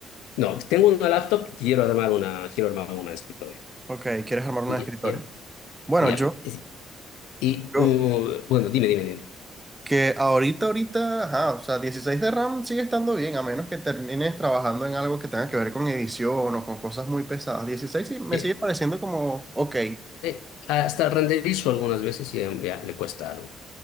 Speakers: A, on the left; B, on the right.
A: no, tengo una laptop y quiero armar una, quiero armar una de escritorio.
B: Ok, quieres armar una
A: Y,
B: de escritorio.
A: y-
B: Bueno,
A: ya.
B: yo,
A: Y, y,
B: yo,
A: uh, bueno, dime, dime, dime.
B: que ahorita, ahorita, ajá, o sea, 16 de RAM sigue estando bien, a menos que termines trabajando en algo que tenga que ver con edición o con cosas muy pesadas. 16 sí, me
A: Eh,
B: sigue pareciendo como, ok.
A: eh, hasta renderizo algunas veces y eh, ya le cuesta algo,